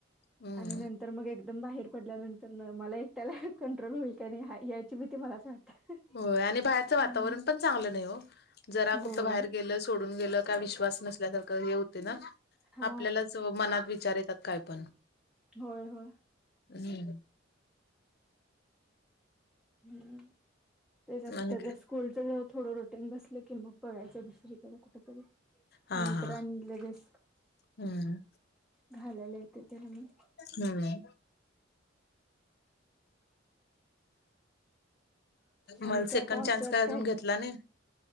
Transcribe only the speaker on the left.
हम्म
होय आणि बाहेरचं
वातावरण पण चांगलं नाही हो जरा
कुठं बाहेर गेलं सोडून गेलं. का विशवास नसल्या सारखं हे होते ना
आपल्यालाच मनात विचार काय पण
हम्म
आणि काय
हा
हा
हम्म
हम्म.
मग
सेकंड
चान्स काय अजून घेतला नाही?